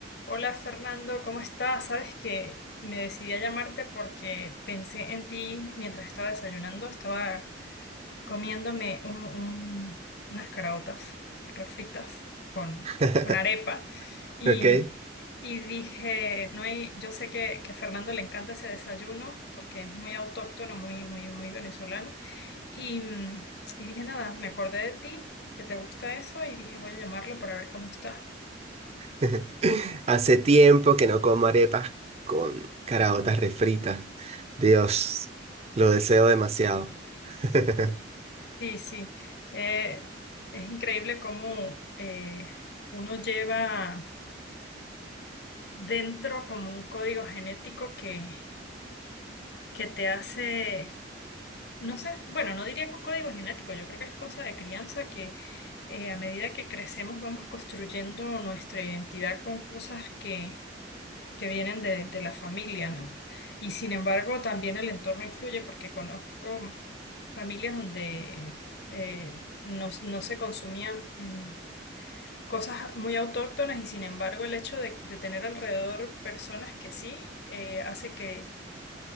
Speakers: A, on the left; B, on the right.
A: Hola Fernando, ¿cómo estás? Sabes que me decidí a llamarte porque pensé en ti mientras estaba desayunando, estaba comiéndome un- un- unas caraotas refritas con,
B: <laughs>
A: con arepa y,
B: Ok.
A: y dije, no hay, yo sé que, que a Fernando le encanta ese desayuno porque es muy autóctono, muy, muy, muy venezolano y, mm, y dije, nada, me acordé de ti, que te gusta eso y dije, voy a llamarlo para ver cómo estás.
B: <laughs> Hace tiempo que no como arepas con caraotas refritas. Dios, lo deseo demasiado. <laughs>
A: Sí, sí. Eh, es increíble cómo eh, uno lleva dentro como un código genético que, que te hace, no sé, bueno, no diría que un código genético, yo creo que es cosa de crianza que eh, a medida que crecemos vamos construyendo nuestra identidad con cosas que, que vienen de, de la familia, ¿no? Y sin embargo, también el entorno influye porque conozco familias donde... eh, no, no se consumían en cosas muy autóctonas y sin embargo el hecho de, de tener alrededor personas que sí eh, hace que,